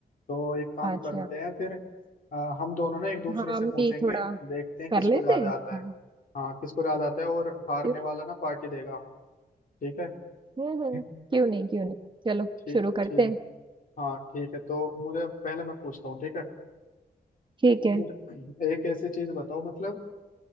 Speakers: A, on the left (about 55°); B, on the right (about 30°).
A: तो एक काम
B: अच्छा
A: करते हैं फिर अ, हम दोनों ना एक दूसरे
B: हम
A: से पूछेंगे
B: भी थोड़ा
A: देखते हैं
B: कर
A: किसको
B: लेते
A: ज्यादा
B: हैं
A: आता
B: हाँ
A: है हाँ किसको ज्यादा आता है और हारने
B: क्यों
A: वाला ना पार्टी देगा ठीक है
B: हम्म हम्म,
A: <laughs>
B: क्यों नहीं क्यों नहीं चलो
A: ठीक
B: शुरू करते
A: ठीक
B: हैं
A: हाँ ठीक है तो मुझे पहले मैं पूछता हूँ ठीक है
B: ठीक है
A: मुझे एक ऐसी चीज बताओ मतलब